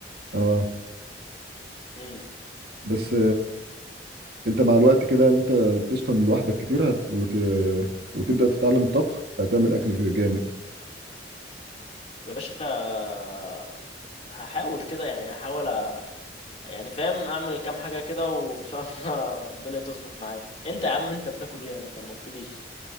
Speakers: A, on the right (about 60°); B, on the left (about 35°).
A: اه
B: امم
A: بس انت مع الوقت كده انت تسكن لوحدك كتير هت... وت... وتبدا تتعلم الطبخ هتعمل اكل جامد
B: يا باشا آه، هحاول كده يعني هحاول يعني فاهم اعمل كام حاجه كده وان شاء الله <laughs> الدنيا تظبط معايا انت يا عم انت بتاكل ايه انت ما قلتليش